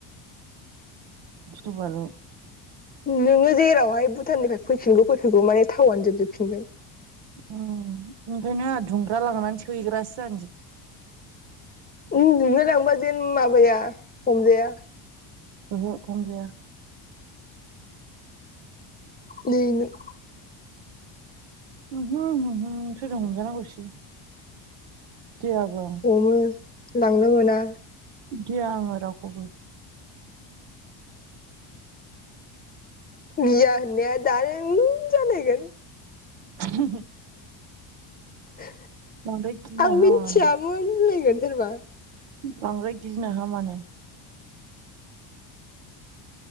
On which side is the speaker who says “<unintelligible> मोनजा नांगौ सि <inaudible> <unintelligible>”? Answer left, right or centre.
Right